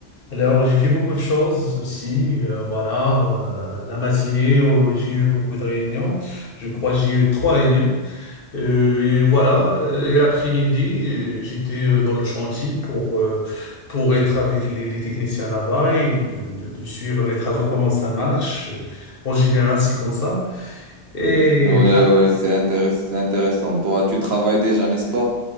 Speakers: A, on the left; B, on the right.
A: Alors, j'ai fait beaucoup de choses aussi. euh, voilà, euh, la matinée, où j'ai eu beaucoup de réunions. Je crois que j'ai eu trois réunions. Euh, et voilà, euh, et l'après-midi, euh, j'étais euh, dans le chantier pour, euh, pour être avec les, les techniciens là-bas et de, de, de suivre les travaux, comment ça marche. Euh, En général, c'est comme ça. Et
B: Hmm, Ouais, ouais, c'est intéress- c'est intéressant. Toi, tu travailles déjà, n'est-ce pas?